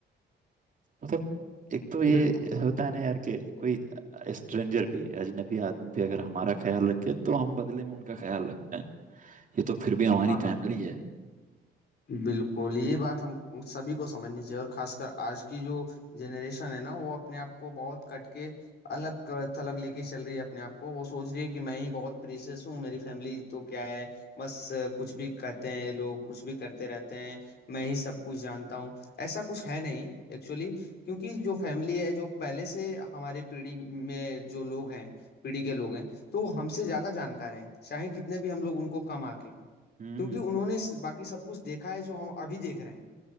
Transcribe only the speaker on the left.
बिल्कुल
हाँ हाँ
बिल्कुल ये बात हम सभी को समझनी चाहिए और खासकर आज की जो जनरेशन है ना वो अपने आप को बहुत कट के अलग थलग लेके चल रही है अपने आप को वो सोच रही है कि मैं ही बहुत प्रीशियस हूँ मेरी फैमिली तो क्या है बस अ, कुछ भी कहते हैं ये लोग कुछ भी करते रहते हैं मैं ही सब कुछ जानता हूँ ऐसा कुछ है नहीं एक्चुअली क्योंकि जो फैमिली है जो पहले से हमारी पीढ़ी में जो लोग हैं पीढ़ी के लोग हैं तो वो हमसे ज्यादा जानकार हैं चाहे कितने भी हम लोग उनको कम आके
क्योंकि उन्होंने इस- बाकी सब कुछ देखा है जो हम अभी देख रहे हैं